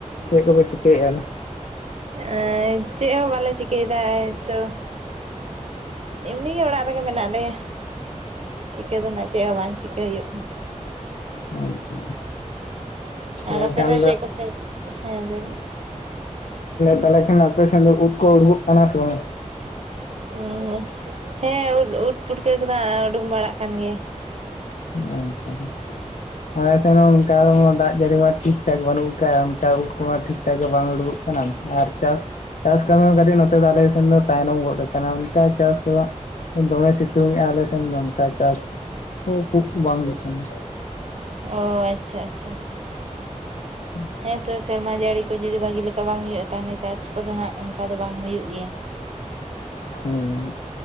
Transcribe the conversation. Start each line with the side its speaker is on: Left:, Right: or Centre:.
Left: ᱪᱮᱜ ᱠᱚᱯᱮ ᱪᱤᱠᱟᱹᱭ ᱭᱮᱜᱟ ᱟᱫᱚ?
Right: ᱮ ᱪᱮᱜ ᱦᱚᱸ ᱵᱟᱞᱮ ᱪᱤᱠᱟᱹᱭᱮᱫᱟ ᱛᱚ᱾ ᱮᱢᱱᱤ ᱜᱮ ᱚᱲᱟᱜ ᱨᱮᱜᱮ ᱢᱮᱱᱟᱜ ᱞᱮᱭᱟ ᱪᱤᱠᱟᱹ ᱫᱚ ᱱᱟᱜ ᱪᱮᱜ ᱦᱚᱸ ᱵᱟᱝ᱾ ᱪᱤᱠᱟᱹ ᱦᱩᱭᱩᱜ
Left: ᱟᱫᱚ ᱟᱪᱪᱷᱟ
Right: ᱠᱟᱱᱟ
Left: ᱦᱮᱸ
Right: ᱟᱨ ᱟᱯᱮ
Left: ᱠᱷᱟᱱ
Right: ᱫᱚ ᱪᱮᱜ ᱠᱚᱯᱮ ᱦᱮᱸ ᱞᱟᱹᱭ ᱢᱮ᱾
Left: ᱛᱟᱦᱚᱞᱮ ᱠᱷᱟᱱ ᱟᱯᱮ ᱥᱮᱱ ᱫᱚ ᱩᱫ ᱠᱚ ᱩᱰᱩᱠᱚᱜ ᱠᱟᱱᱟ ᱥᱮ ᱵᱟᱝ᱾
Right: ᱦᱸ ᱦᱮᱸ ᱩᱫ ᱩᱫ ᱯᱩᱴᱠᱟᱹ ᱠᱚᱫᱚ ᱩᱰᱩᱠ ᱵᱟᱲᱟᱜ ᱠᱟᱱ ᱜᱮᱭ-ᱟ᱾
Left: ᱟᱪᱪᱦᱟ᱾
Right: <inaudible>
Left: ᱟᱞᱯ ᱥᱮᱱ ᱚᱱᱠᱟ ᱫᱟᱜ ᱡᱟᱹᱲᱤ ᱢᱟ ᱴᱷᱤᱠ ᱴᱷᱟᱠ ᱵᱟᱹᱱᱩᱜ ᱟᱠᱟᱫᱟ ᱚᱱᱠᱟ ᱩᱰ ᱠᱚᱢᱟ ᱴᱷᱤᱠ ᱴᱷᱟᱠ ᱜᱮ ᱵᱟᱝ ᱩᱰᱩᱠᱚᱜ ᱠᱟᱱᱟ᱾ ᱟᱨ ᱪᱟᱥ ᱪᱟᱥ ᱠᱟᱹᱢᱤ ᱦᱚᱸ ᱠᱟᱹᱴᱤᱡ ᱱᱚᱛᱮ ᱫᱚ ᱟᱞᱮ ᱥᱮᱱ ᱫᱚ ᱛᱟᱭᱱᱚᱢ ᱜᱚᱫ ᱟᱠᱟᱱᱟ ᱚᱱᱠᱟ ᱪᱟᱥ ᱠᱚ ᱫᱚᱢᱮ ᱥᱤᱛᱩᱝ ᱮᱼᱟᱭ ᱟᱞᱮ ᱥᱮᱱ ᱫᱚ ᱚᱱᱠᱟ ᱪᱟᱥ ᱠᱷᱩᱵ ᱩᱵ ᱵᱟᱝ ᱞᱮᱠᱟᱜᱮ
Right: ᱚ ᱟᱪᱪᱷᱟ ᱟᱪᱷᱟ ᱟᱪᱷᱟ᱾
Left: ᱦᱸ
Right: ᱦᱮᱸ ᱛᱚ ᱥᱮᱨᱢᱟ ᱡᱟᱹᱲᱤ ᱠᱳ ᱡᱩᱫᱤ ᱵᱷᱟᱜᱤ ᱞᱮᱠᱟ ᱵᱟᱝ ᱦᱩᱭᱩᱜᱼᱟ ᱛᱟᱦᱚᱞᱮ ᱪᱟᱥ ᱠᱚᱫᱚ ᱦᱟᱸᱜ ᱚᱱᱠᱟ ᱫᱚ ᱵᱟᱝ ᱦᱩᱭᱩᱜ ᱜᱮᱭᱟ᱾ <unintelligible>
Left: ᱦᱮᱸ᱾